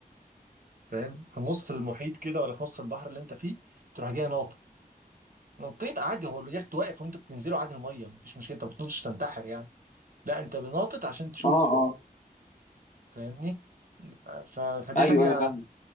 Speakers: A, on the right (about 65°); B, on the left (about 55°).
A: فاهم في نص المحيط كده ولا في نص البحر اللي انت فيه تروح جاي ناطط نطيت عادي هو اليخت واقف وانت بتنزله عادي الميه مفيش مشكله انت ما بتنطش تنتحر يعني لا انت بناطط عشان تشوف
B: اه
A: ال-
B: اه
A: فاهمني ف... فدي
B: ايوه
A: حاجه
B: ايوه فاهم